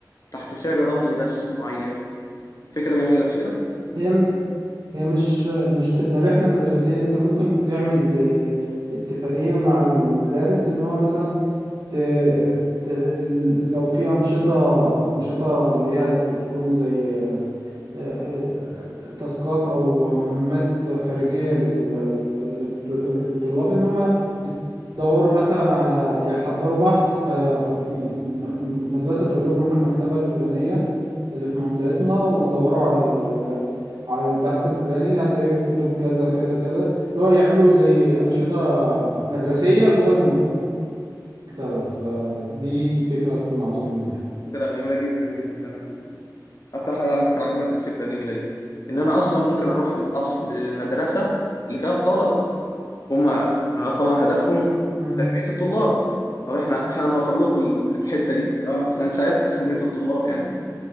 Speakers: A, on the left (about 50°); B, on the right (about 80°).
A: تحت سعر رمزي بس معين فكره جميله مش كده
B: هي م- هي مش مش تبقى رحلة مدرسية انت ممكن تعمل زي اتفاقية مع المدارس ان هو مثلا ت... ت... لو في أنشطة أنشطة اللي هي بتكون زي آه، تاسكات أو مهمات خارجية للط- للطلاب ان هم يدوروا مثلا على يحضروا بحث فالمدرسة تقول لهم روحوا المكتبة الفلانية اللي في منطقتنا ودوروا على ال- على البحث الفلاني هتلاقيه في كتب كذا كذا كذا اللي هو يعملوا زي أنشطة مدرسية جوه المكتبة فدي فكرة تكون عظيمة يعني.
A: فكره جميله جدا جدا ده من اكتر حاجه على فكره عجبتني الفكره الجميله دي ان انا اصلا ممكن اروح للاصل للمدرسه اللي فيها الطلبه هم هم طبعا هدفهم
B: مم.
A: تنمية الطلاب طب احنا احنا هنوفر لكم ال- الحتة دي تمام احنا هنساعدكم في تنمية الطلاب يعني